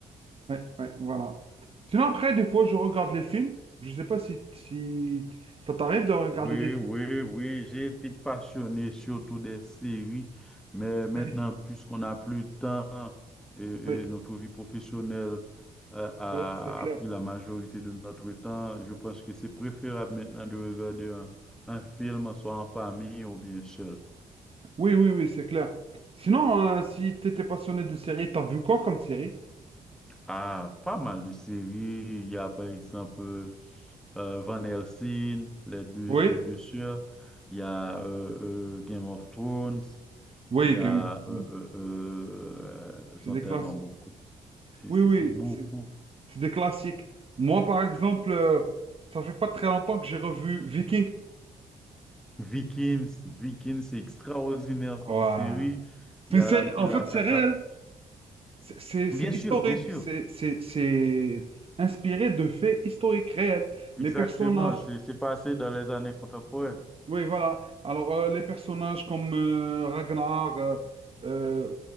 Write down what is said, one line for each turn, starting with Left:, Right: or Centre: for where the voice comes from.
Right: Ouais, ouais, voilà. Sinon, après, des fois, je regarde les films. Je sais pas si, si ça t'arrive de regarder
Centre: Oui,
Right: des films.
Centre: oui, oui, j'ai été passionné surtout des séries, mais maintenant,
Right: Oui,
Centre: puisqu'on n'a plus de temps et, et
Right: oui,
Centre: notre vie professionnelle euh, a,
Right: ouais, c'est clair.
Centre: a pris la majorité de notre temps, je pense que c'est préférable maintenant de regarder un, un film, soit en famille ou bien seul.
Right: Oui, oui, oui, c'est clair. Sinon, euh, si t'étais passionné de séries, t'as vu quoi comme série?
Centre: Ah, pas mal de séries. Il y a par exemple euh, euh, Van Helsing, les deux,
Right: Oui,
Centre: les deux sœurs. Il y a euh, euh, Game of Thrones.
Right: oui,
Centre: Il y a,
Right: Game of Thrones.
Centre: euh, euh, euh, ils
Right: C'est
Centre: sont
Right: des
Centre: tellement
Right: classiques.
Centre: beaucoup. C'est
Right: Oui,
Centre: c'est-
Right: oui,
Centre: c'est beaucoup.
Right: c'est c'est des classiques. Moi, par exemple, euh, ça fait pas très longtemps que j'ai revu Viking.
Centre: Vikings, Vikings, c'est extraordinaire comme
Right: Ouais.
Centre: série. Il
Right: C'est une
Centre: y a
Right: série-
Centre: la,
Right: En
Centre: la
Right: fait,
Centre: Casa.
Right: c'est réel. C'est c'est-
Centre: Bien
Right: c'est historique,
Centre: sûr, bien sûr.
Right: c'est c'est- c'est inspiré de faits historiques réels.
Centre: Exactement.
Right: Les personnages,
Centre: C'est c'est passé dans les années contemporaines.
Right: oui, voilà. Alors, euh, les personnages comme euh, Ragnar, euh, euh,